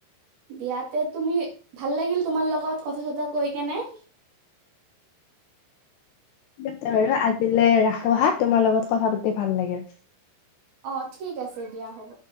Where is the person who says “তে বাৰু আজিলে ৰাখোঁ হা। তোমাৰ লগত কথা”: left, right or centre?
Left